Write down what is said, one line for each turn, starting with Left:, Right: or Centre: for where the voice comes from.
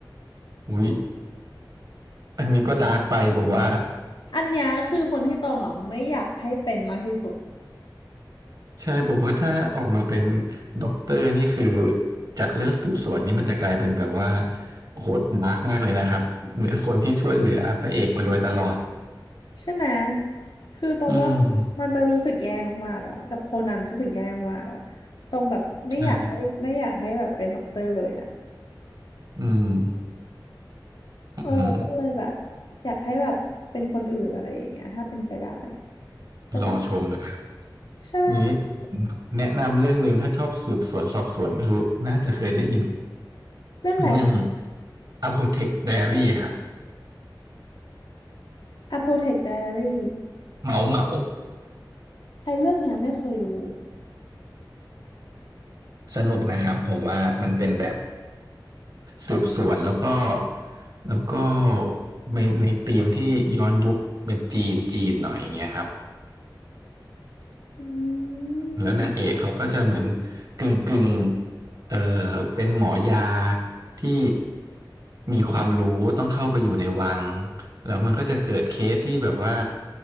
Right: อุ๊ยอันนี้ก็ดาร์กไปผมว่า
Left: อันเนี้ยคือคนที่ตรงอ่ะไม่อยากให้เป็นมากที่สุด
Right: ใช่ผมว่าถ้าออกมาเป็นด็อกเตอร์นี่คือจากเรื่องสืบสวนนี่มันจะกลายเป็นแบบว่าโหดดาร์กมากเลยนะครับเหมือนคนที่ช่วยเหลือพระเอกมาโดยตลอด
Left: ใช่ไหม คือตรงว่ามันมันจะรู้สึกแย่มากๆอ่ะกับโคนันรู้สึกแย่มากๆอ่ะ
Right: อืม
Left: ตรงแบบไม่อยากให้ไม่อยากให้แบบเป็นด็อกเตอร์เลยอ่ะ
Right: ใช่อืมอืม
Left: เออก็เลยแบบอยากให้แบบเป็นคนอื่นอะไรอย่างเงี้ยถ้าเป็นไปได้แต่ก็ไม่
Right: รอชมเลยครับ
Left: ใช่
Right: นี้ผมแนะนำเรื่องหนึ่งถ้าชอบสืบสวนสอบสวนไม่รู้น่าจะเคยได้ยิน
Left: เรื่องอะไรคะ
Right: เรื่อง Apothec Diary ครับ
Left: Apotec Diary
Right: เหมาเหมา
Left: ไอ้เรื่องเนี้ยไม่เคยดู
Right: สนุกนะครับผมว่ามันเป็นแบบ สืบสวนแล้วก็แล้วก็ในในธีมที่ย้อนยุคเป็นจีนจีนหน่อยอย่างเงี้ยครับ
Left: อืม
Right: แล้วนางเอกเขาก็จะเหมือนกึ่งกึ่งเออเป็นหมอยาที่มีความรู้ต้องเข้าไปอยู่ในวัง แล้วมันก็จะเกิดเคสที่แบบว่า